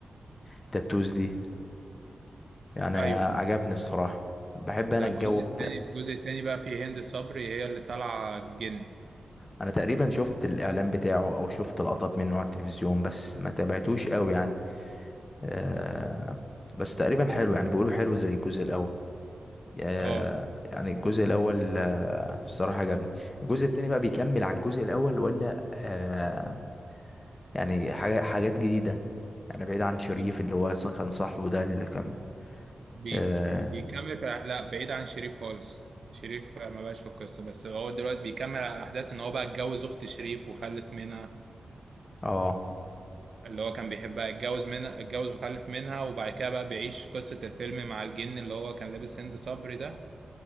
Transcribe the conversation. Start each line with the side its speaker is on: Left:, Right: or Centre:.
Left: التاتوز دي يعني
Right: ايوه
Left: عجبني الصراحة بحب
Right: ده
Left: انا
Right: الجزء
Left: الجو بتاع
Right: التاني الجزء التاني بقى فيه هند صبري هي اللي طالعه الجن
Left: انا تقريبا شفت الاعلان بتاعه او شفت لقطات منه على التلفزيون بس ما تابعتوش قوي يعني أه... بس تقريبا حلو يعني بيقولوا حلو زي الجزء الاول آه،
Right: اه
Left: يعني الجزء الاول آه، الصراحه عجبني الجزء التاني بقى بيكمل على الجزء الاول ولا آه، يعني حاجة- حاجات جديده يعني بعيد عن شريف
Right: بي-
Left: اللي هو أصلاً كان صاحبه ده اللي كان
Right: بي-
Left: اه
Right: بيكمل في لا بعيد عن شريف خالص شريف ما بقاش في القصه بس هو دلوقتي بيكمل على احداث ان هو بقى اتجوز اخت شريف وخلف منها
Left: آه،
Right: اللي هو كان بيحبها اتجوز منها اتجوز وخلف منها وبعد كده بقى بيعيش قصة الفيلم مع الجن اللي هو كان لابس هند صبري ده